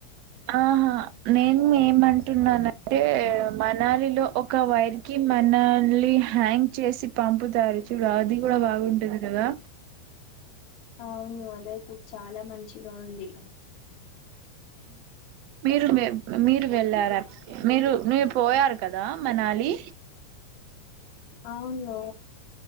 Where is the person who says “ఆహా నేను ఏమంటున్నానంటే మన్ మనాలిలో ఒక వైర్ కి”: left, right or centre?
Right